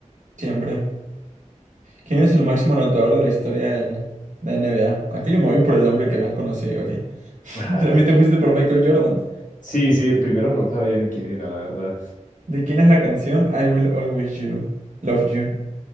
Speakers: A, on the right (about 70°); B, on the left (about 80°).
A: Siempre. ¿Quién es el máximo anotador de la historia del, de N B A? Aquí yo me voy por el nombre que más conocí, ok. <laughs>
B: Ah,
A: A mí te pusiste por Michael Jordan.
B: sí, sí, el primero no sabía ni quién era, la verdad.
A: ¿De quién es la canción I Will Always You, Love You?